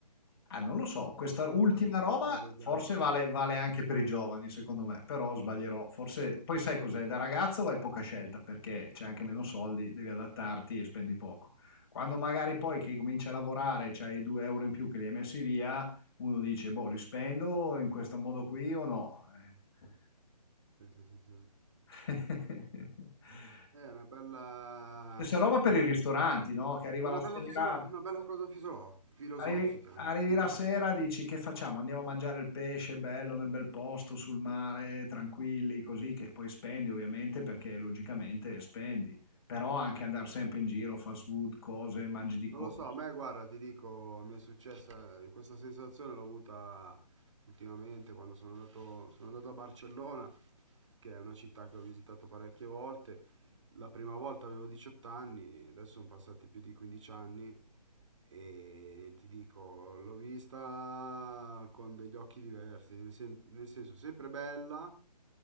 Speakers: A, on the left (about 35°); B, on the right (about 45°).
A: Ah, non lo so, questa ultima
B: dal passare
A: roba
B: degli
A: forse
B: anni.
A: vale, vale anche per i giovani, secondo me, però sbaglierò. Forse poi sai cos'è, da ragazzo hai poca scelta perché c'è anche meno soldi, devi adattarti e spendi poco. Quando magari poi che cominci a lavorare, c'hai i 2 euro in più che li hai messi via, uno dice, boh, li spendo in questo modo qui o no? Eh.
B: Sì, sì, sì, sì.
A: <laughs>
B: Eh, È una bella,
A: Stessa roba per i ristoranti, no? Che arriva
B: è una
A: la sera.
B: bella, fisolo- una bella cosa fisolo- filosofica,
A: Arrivi,
B: non
A: arrivi
B: so più
A: la
B: parlare.
A: sera, dici che facciamo? Andiamo a mangiare il pesce bello nel bel posto, sul mare, tranquilli, così che poi spendi ovviamente perché logicamente spendi, però anche andare sempre in giro, fast food, cose, mangi di
B: Non
A: corsa.
B: lo so, a me guarda, ti dico, mi è successa eh, questa sensazione l'ho avuta ultimamente quando sono andato, sono andato a Barcellona, che è una città che ho visitato parecchie volte. La prima volta avevo 18 anni, adesso sono passati più di 15 anni e ti dico, l'ho vista con degli occhi diversi, nel sen- nel senso sempre bella,